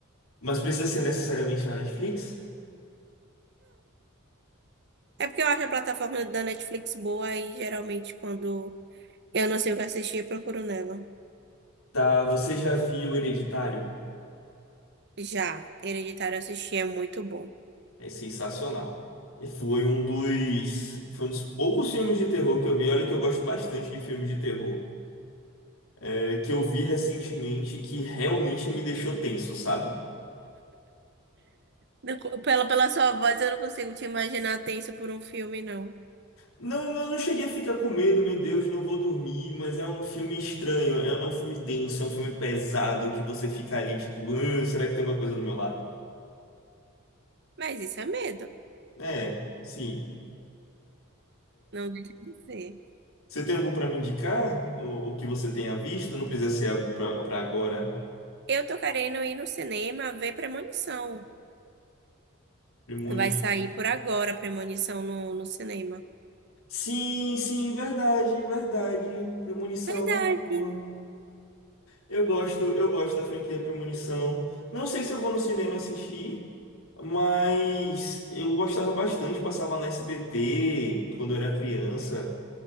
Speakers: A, on the left; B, on the right.
A: Mas precisa ser necessariamente na Netflix?
B: É porque eu acho a plataforma da Netflix boa e geralmente quando eu não sei o que assistir, eu procuro nela.
A: Tá, você já viu Hereditário?
B: Já, Hereditário assistir é muito bom.
A: É sensacional. E Foi um dos, foi um dos poucos filmes de terror que eu vi. Olha que eu gosto bastante de filmes de terror. é, que eu vi recentemente que realmente me deixou tenso, sabe?
B: Não, co- Pela, pela sua voz, eu não consigo te imaginar tenso por um filme, não.
A: Não, eu não cheguei a ficar com medo, meu Deus, não vou dormir, mas é um filme estranho, é, é um filme denso, é um filme pesado que você fica ali tipo, "Hum, será que tem uma coisa do meu lado?
B: Mas isso é medo,
A: É, sim.
B: não deixa de ser.
A: Você tem algum pra me indicar? O, o que você tenha visto? Não precisa ser algo pra pra agora.
B: Eu tô querendo ir no cinema ver Premonição.
A: Premonição.
B: Vai sair por agora Premonição no, no cinema.
A: Sim, sim, verdade, verdade. Premonição
B: Verdade.
A: é uma boa. Eu gosto, eu gosto da franquia Premonição. Não sei se eu vou no cinema assistir, mas eu gostava bastante, passava na SBT quando eu era criança.